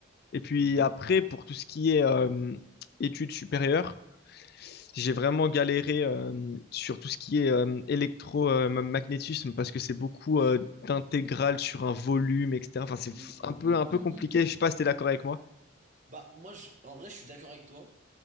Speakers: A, on the left; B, on the right.
A: Et puis
B: mhm.
A: après, pour tout ce qui est euh, études supérieures, j'ai vraiment galéré euh, sur tout ce qui est euh, électromagnétisme parce que c'est beaucoup euh, d'intégrales sur un volume, etc. Enfin, c'est
B: Mm, mm,
A: un peu,
B: mm,
A: un
B: mm,
A: peu compliqué.
B: mm, mm,
A: Je sais
B: mm.
A: pas si t'es d'accord avec moi.
B: Bah moi, je- en vrai, je suis d'accord avec toi.